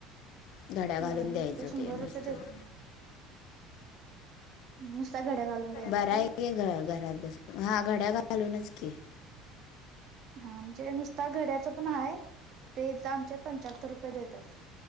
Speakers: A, on the left (about 55°); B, on the right (about 40°).
A: घड्या घालून
B: होय
A: द्यायचं
B: इथे शंभर
A: ते नुसतं.
B: रुपये देतात. <unintelligible> द्यायच्या
A: बर
B: काय
A: आहे की ग घरात बसून हा घड्याळ घालूनच की.
B: हा म्हणजे नुस आता घड्याच पण आहे ते इथ आमच्या पंच्याहत्तर रुपये देतात.